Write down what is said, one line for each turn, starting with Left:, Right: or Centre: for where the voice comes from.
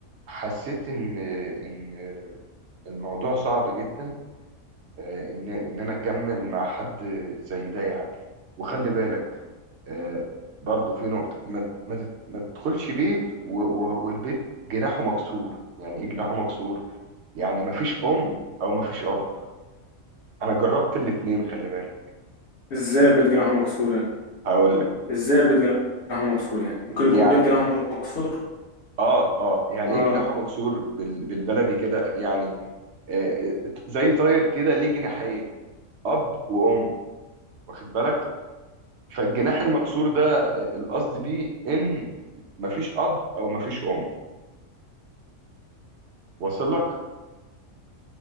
Right: حسيت ان ان الموضوع صعب جدا آه، ان ان انا اكمل مع حد زي ده يعني وخلي بالك آه، برضو في نقطة ما ت- ما تت- ما تدخلش بيت و- و- والبيت جناحه مكسور يعني ايه جناحه مكسور يعني ما فيش ام او ما فيش اب انا جربت الاتنين خلي بالك
Left: ازاي البيت جناحه مكسور يعني
Right: هقول لك
Left: ازاي البيت جناحه مكسور يعني ممكن يكون
Right: يعني
Left: بيت جناحه مكسور
Right: اه اه يعني
Left: اه
Right: ايه جناحه مكسور بال- بالبلدي كده يعني آه، زي طاير كده ليه جناحين اب وام واخد بالك فالجناح المكسور ده آه، القصد بيه ان مفيش اب او مفيش ام واصل لك